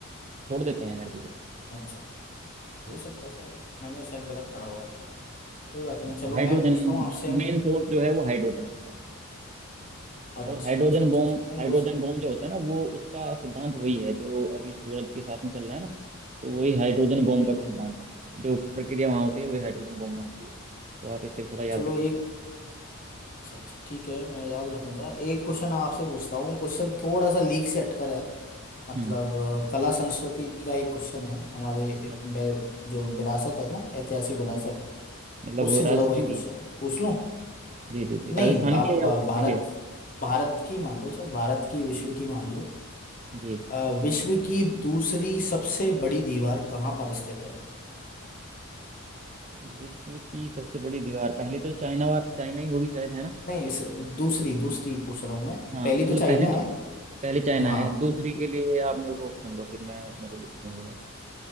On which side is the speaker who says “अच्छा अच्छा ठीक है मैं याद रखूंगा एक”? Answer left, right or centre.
Left